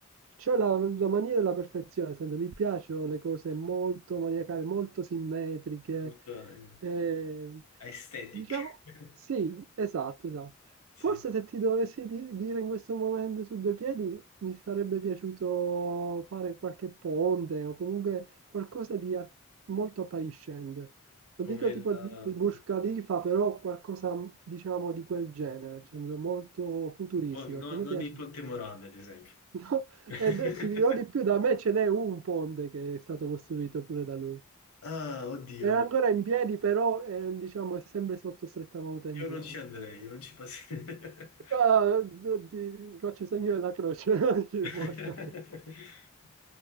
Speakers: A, on the right (about 65°); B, on the left (about 80°).
A: c'ho la, la mania della perfezione, nel senso, mi piacciono le cose molto maniacali, molto simmetriche.
B: molto eh,
A: Eh,
B: aesthetic.
A: diciamo,
B: <laughs>
A: sì, esatto, esatto.
B: Sì,
A: Forse se ti dovessi di- dire in questo momento su due piedi, mi sarebbe piaciuto fare qualche ponte o comunque qualcosa di ar- molto appariscente. Non
B: come
A: dico
B: il,
A: tipo
B: eh,
A: di Burj Khalifa, però qualcosa, diciamo, di quel genere, nel senso molto futuristico,
B: un po'- no-
A: che a me
B: non
A: piace.
B: il Ponte
A: <laughs>
B: Morandi, ad esempio.
A: No,
B: <laughs>
A: e de- ti dirò di più, da me ce n'è un ponte che è stato costruito pure da lui.
B: Ah, oddio,
A: È ancora in piedi, però è, diciamo, è sempre sotto stretta manutenzione.
B: io non ci andrei, io non ci passerei.
A: Ah, ti faccio il segno della croce <laughs> ogni
B: <laughs>
A: volta. che-